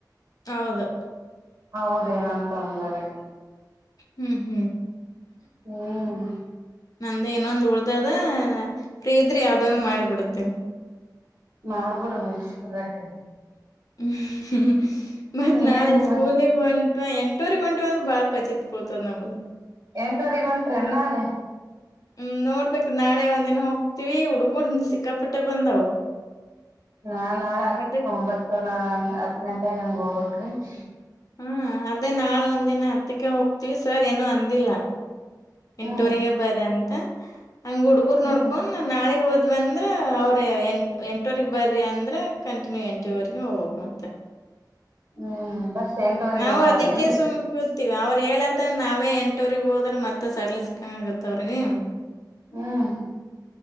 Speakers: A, on the left; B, on the right.
A: ಹೌದು
B: ಹೌದೇಏನಂತ ಅಂದ್ಲುಗ್ ಅಕಿ
A: ಹ್ಮ್ ಹ್ಮ್
B: ಹ್ಮ್
A: ನಂದ ಇನ್ನೊಂದು ಉಳ್ದದ ಫ್ರೀ ಇದ್ರಿ ಯಾವುದೊಂದು ಮಾಡಿ ಬಿಡ್ತೀನಿ
B: ಮಾಡ್ಬಿಡ್ರಿ ಮುಗಿಸಿಬಿಡ್ರಿ ಆ ಕಡಿ
A: ಹ್ಮ ಹ್ಮ್ ಮತ್ ನಾಳೆ
B: ಏನಿಲ್ಲ
A: ಸ್ಕೂಲಗ್
B: ಇವತ್
A: ಹೊಂಟಿವ ಎಂಟೂವರಿಗ ಹೊಂಟವ ಅಂದ್ರೆ ಬಾಳ್ ಪಜಿತ್ ಪುಳ್ತದ್ ನಮ್ದು
B: ಎಂಟು ವರಿಗಿ ಹೊಂಟ್ರಿ ಏನ್ ನಾಳೆ
A: ಹ್ಮ್ ನೋಡ್ಬೇಕು ನಾಳೆ ಒಂದಿನ ಹೋಗ್ತತಿವಿ ಹುಡು ಹೋದ್ನ ಸಿಕ್ಕಾಪಟ್ಟೆ ಬಂದವು
B: ನಾ ನಾಳೆ ಹತ್ತು
A: ಅದಕ್
B: ಒಂಬತ್ತು ನಾ ಹತ್ತು ಗಂಟೆಗ ಹಂಗ ಹೋಗ್ಬೇಕ್ ಕಚ್
A: ಹ್ಮ್ ಅದೇ ನಾಳೆ ಒಂದಿನ ಹತ್ತಕ್ಕೆ ಹೋಗ್ತಿವಿ ಸರ್ ಏನ ಅಂದಿಲ್ಲ
B: ಹ್ಮ್
A: ಎಂಟೊರಿಗೆ ಬರ್ರಿ ಅಂತ ಹಂಗ್ ಹುಡಗುರ್ ನೋಡ್ಕೊಂಡ
B: ಹ್ಮ್
A: ನಾಳೆ ಹೋದ್ ಅಂದ್ರ ಅವ್ರ ಎಂ ಎಂಟವರೆಗ ಬರ್ರಿ ಅಂದ್ರ ಕಂಟಿನ್ಯೂ ಎಂಟುವರೀಗ ಹೋಗ್ಬೇಕ ಮತ್ತ
B: ಹ್ಮ್ ಬಸ್ ಎಂಟವರೆಗ್
A: ನಾವು
B: ಒಂದ್
A: ಅದಕ್ಕೆ
B: ಅದೇನ್ರಿ
A: ಸುಮ ಕುಂತೀವಿ ಅವ್ರ ಹೇಳಾರ್ದನ್ ನಾವೇ ಏನ್ ಎಂಟುವರಿಗ್ ಹೋದ್ರೆ ಮತ್ತ ಸಡ್ಲಾ ಸಿಕ್ಕಂಗ ಆಗತ್ತ ಅವ್ರಿಗೆ
B: ಹ್ಮ್